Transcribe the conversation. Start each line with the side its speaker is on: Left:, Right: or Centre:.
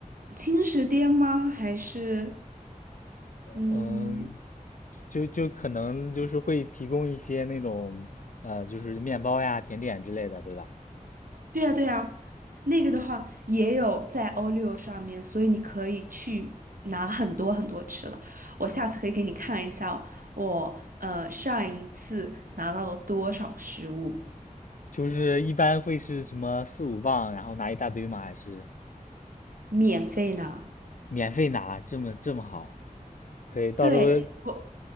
Right: 轻食店吗？还是嗯？
Left: 嗯，就就可能就是会提供一些那种呃，就是面包呀、甜点之类的，对吧？
Right: 对呀，对呀，那个的话也有在 o 六上面，所以你可以去拿很多很多吃的。我下次可以给你看一下哦我呃上一次拿到了多少食物，
Left: 就是一般会是什么四五磅，然后拿一大堆吗？还是
Right: 免费呢。
Left: 免费拿？这么这么好？可以，到时候
Right: 对，我。